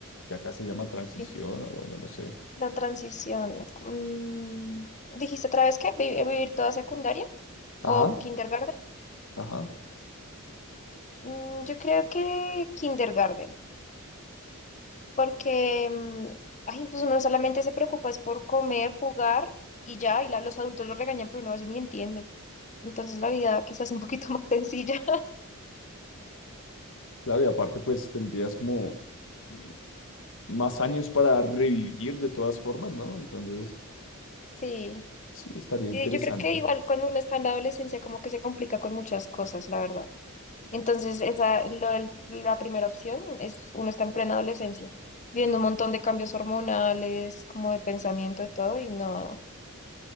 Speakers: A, on the left; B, on the left.
A: que acá se llama transición,
B: Sí.
A: o bueno, no sé.
B: La transición. Mm, ¿Dijiste otra vez que vi- vivir toda secundaria
A: Ajá,
B: o kindergarten?
A: ajá.
B: Mm, Yo creo que kindergarten. porque mm, ay, pues uno solamente se preocupa es por comer, jugar y ya, y la- los adultos lo regañan, pero uno a veces ni entiende. Entonces la vida quizás un poquito <laughs> más sencilla.
A: Claro, y aparte, pues tendrías como mm, más años para revivir de todas formas, ¿no? Entonces,
B: Sí,
A: sí, estaría interesante.
B: sí, yo creo que igual cuando uno está en la adolescencia como que se complica con muchas cosas, la verdad. Entonces esa, lo del- la primera opción es uno está en plena adolescencia, viendo un montón de cambios hormonales, como de pensamiento y todo, y no,